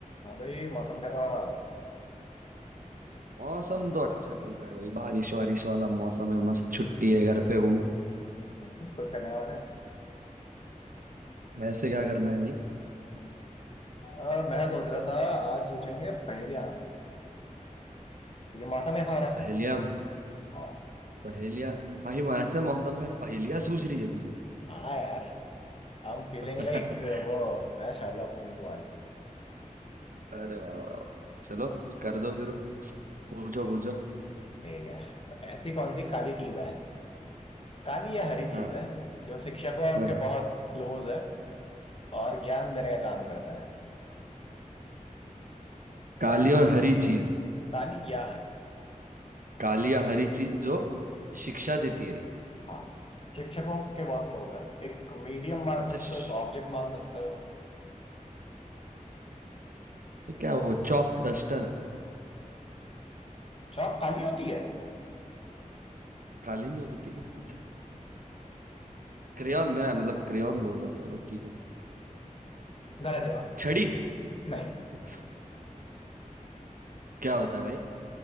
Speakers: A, on the left; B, on the right.
A: हाँ भाई मौसम का पा रहा
B: मौसम तो अच्छा चल रहा है भाई बारिश वारिश वाला मौसम है मस्त छुट्टी है घर पे हूँ
A: हम्म, कुछ करने वाला है
B: वैसे क्या करना है भाई
A: अ, मैं सोच रहा था आज पूछेंगे पहेलियां क्योंकि मौसम ऐसा हो रहा है
B: पहेलियाँ
A: हाँ
B: पहेलियाँ भाई ऐसे मौसम में पहेलियाँ सूझ रही है तुझे
A: हाँ यार आई एम फीलिंग
B: <laughs>
A: लाइक वो मैं शार्लॉक होम्स हूँ आज
B: अरे वाह वाह वाह चलो कर दो फिर पूछो पूछो
A: ठीक है ऐसी कौन सी काली चीज है काली या हरी चीज
B: हाँ
A: है जो शिक्षकों
B: हाँ
A: के बहुत क्लोज है और ज्ञान देने का काम करता है
B: काली
A: और
B: और हरी चीज
A: काली या हरी
B: काली या हरी चीज जो शिक्षा देती है
A: हाँ शिक्षकों के बहुत क्लोज है एक मीडियम मान
B: अच्छा
A: सकते
B: श-
A: हो एक ऑब्जेक्ट मान सकते हो
B: तो क्या वो चौक डस्टर
A: चौक काली होती है
B: काली नहीं होती क्या अच्छा क्रेयॉन मैं मतलब क्रेयॉन बोल रहा था बट ठीक है
A: गलत जवाब
B: छड़ी
A: नहीं
B: <laughs> क्या होता है भाई